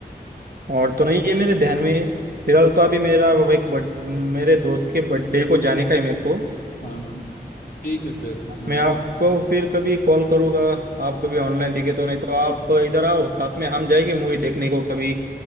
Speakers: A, on the right; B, on the left.
A: और तो नहीं ये मेरे ध्यान में फिलहाल तो अभी मेरा वो एक बर्थ मेरे दोस्त के बर्थडे को जाने का है मेरे को
B: हाँ हाँ ठीक है फिर हाँ
A: मैं आपको फिर कभी कॉल करूंगा आप कभी ऑनलाइन दिखे तो नहीं तो आप इधर आओ साथ में हम जाएंगे मूवी देखने को कभी